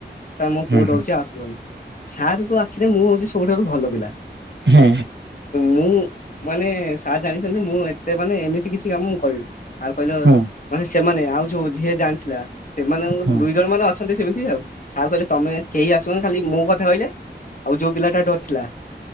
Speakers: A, on the left; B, on the right.
A: ସାର୍ ମୋ
B: ହୁଁ
A: ପୁଅ ଡରୁଛି ଆସିବନି ସାର୍ ଙ୍କ ଆଖିରେ ମୁଁ ହଉଛି ସବୁଠାରୁ ଭଲ ପିଲା।
B: ହୁଁ।
A: ମୁଁ ମାନେ ସାର୍ ଜାଣିଛନ୍ତି ମୁଁ ଏତେ ମାନେ ଏମିତି କିଛି କାମ କରିବିନି ସାର କହିଲେ।
B: ହୁଁ
A: ମାନେ ସେମାନେ ଆଉ ଯୋଉ ଯିଏ ଜାଣିଥିଲା ସେମାନଙ୍କ
B: ହୁଁ
A: ଦୁଇ ଜଣ ମାନେ ଅଛ ସେମିତି ଆଉ ସାର କହିଲେ ତମେ କେହି ଆସିବନି ଖାଲି ମୋ କଥା କହିଲେ ଆଉ ଯୋଉ ପିଲାଟା ଡରି ଥିଲା।